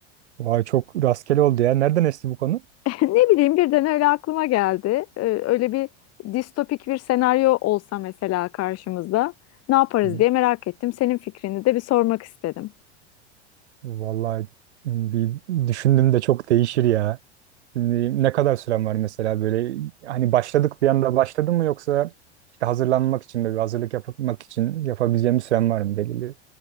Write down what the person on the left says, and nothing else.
<laughs> Ne bileyim birden öyle aklıma geldi. Ee, öyle bir distopik bir senaryo olsa mesela karşımızda ne yaparız
diye merak ettim. Senin fikrini de bir sormak istedim.